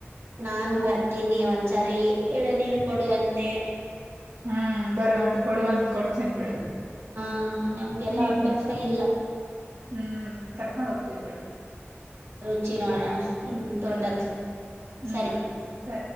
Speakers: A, on the right; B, on the right.
A: ನಾನು
B: ಅದ್
A: ಬರ್ತೀನಿ ಒಂದ್ಸರಿ ಎಳೆನೀರ್ ಕೊಡುವಂತೆ
B: ಹ್ಮ್ ಬರುವಂತೆ ಕೊಡುವಂತೆ ಕೊಡ್ತೀನ್ ಬಿಡು
A: ಹಾ ನಮಗೆಲ್ಲ
B: ನೀನು
A: ಅಭ್ಯಾಸ ಇಲ್ಲ
B: ಹ್ಮ್ ಕರ್ಕೊಂಡ್ ಹೋಗ್ತೀನ್ ಬಿಡು
A: ಹಚ್ಚಿ ನೋಡೋಣ ನಿಮ್ ತೋಟದು
B: ಹ್ಮ್ ಹ್ಮ್
A: ಸರಿ
B: ಸರಿ